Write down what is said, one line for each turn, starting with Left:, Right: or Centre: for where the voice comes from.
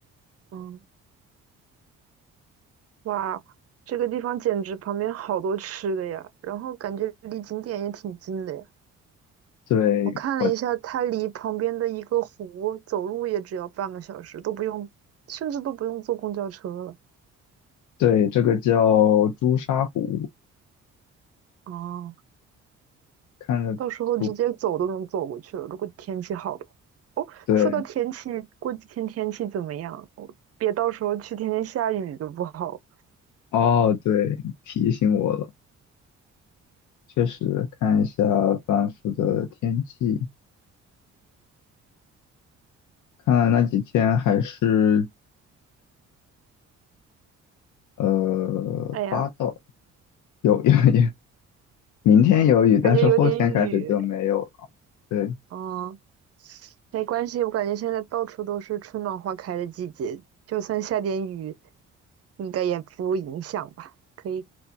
Right: 嗯。哇，这个地方简直旁边好多吃的呀，然后感觉离景点也挺近的呀。
Left: 对，
Right: 我看了一下，
Left: 我
Right: 它离旁边的一个湖走路也只要半个小时，都不用，甚至都不用坐公交车了。
Left: 对这个叫朱砂湖，
Right: 哦，
Left: 看着不
Right: 到时候直接走都能走过去了，如果天气好的话哦，
Left: 对，
Right: 说到天气，过几天天气怎么样？我别到时候去天天下雨就不好
Left: 哦，对，提醒我了，确实看一下班夫的天气，看来那几天还是呃八到
Right: 哎呀，
Left: 有有有，明天有雨，但是后天开始就没有了，
Right: 感觉有点雨。
Left: 对，
Right: 哦没关系，我感觉现在到处都是春暖花开的季节，就算下点雨，应该也不影响吧？可以，